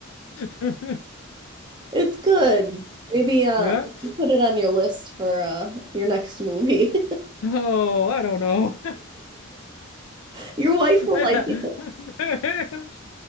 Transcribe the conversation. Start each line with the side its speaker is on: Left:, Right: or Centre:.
Left: <laughs>
Right: It's good. Maybe uh
Left: Yeah.
Right: maybe put it on your list for uh your next movie.
Left: Oh, I don't know.
Right: <laughs> Your
Left: <laughs>
Right: wife will
Left: I
Right: like
Left: don't-